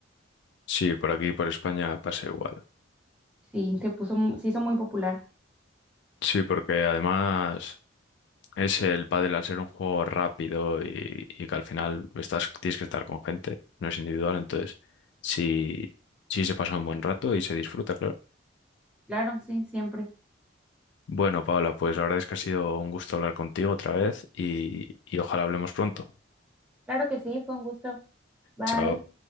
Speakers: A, on the left; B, in the centre.
A: Sí, por aquí, por España pasa igual.
B: Sí, se puso, se hizo muy popular.
A: Sí, porque además es el pádel al ser un juego rápido y, y que al final estás, tienes que estar con gente, no es individual, entonces sí, sí se pasa un buen rato y se disfruta, claro.
B: Claro, sí, siempre.
A: Bueno, Paola, pues la verdad es que ha sido un gusto hablar contigo otra vez y, y ojalá hablemos pronto.
B: Claro que sí, fue un gusto. Bye.
A: Chao.